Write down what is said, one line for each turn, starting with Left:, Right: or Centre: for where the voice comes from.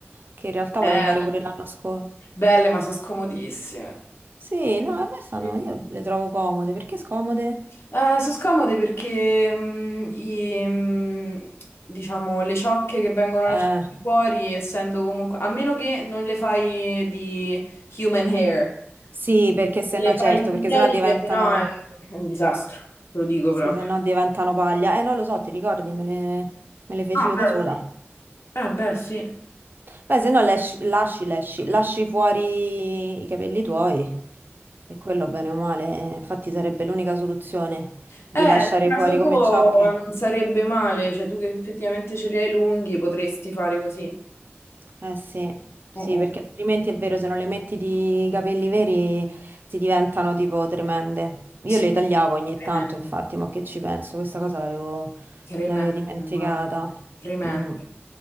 Right: che in realtà volevo
Left: Belle,
Right: fare pure l'anno scorso.
Left: belle, ma sono scomodissime.
Right: Sì, no, a me stanno,
Left: Sì.
Right: io le trovo comode, perché scomode?
Left: Eh, sono scomode perché mh, i, mh, diciamo, le ciocche che vengono
Right: Eh,
Left: lasciate fuori, essendo comunque, a meno che non le fai di human hair,
Right: sì, perché se
Left: le
Right: no
Left: fai
Right: certo,
Left: sintetiche,
Right: perché se no diventano,
Left: se no è un è un disastro, te lo dico
Right: sì,
Left: proprio.
Right: se no diventano paglia. Eh, non lo so, ti ricordi, me le, me le feci
Left: Ah,
Right: io
Left: beh,
Right: da sola.
Left: sì. Eh, beh, sì.
Right: Beh, se no lasci, lasci, lasci, lasci fuori i capelli tuoi e quello bene o male, eh, infatti sarebbe l'unica soluzione
Left: Eh,
Right: di lasciare
Left: nel caso
Right: fuori
Left: tuo
Right: come ciocche.
Left: non sarebbe male, cioè tu che effettivamente ce li hai lunghi potresti fare così.
Right: Eh sì, sì,
Left: Mm, mm.
Right: perché altrimenti è vero, se non le metti di capelli veri ti diventano tipo tremende. Io
Left: Sì,
Right: le tagliavo ogni
Left: tremendo.
Right: tanto, infatti, ma che ci penso? Questa cosa l'avevo
Left: Tremendo,
Right: l'avevo dimenticata.
Left: guarda. tremendo.
Right: Mm.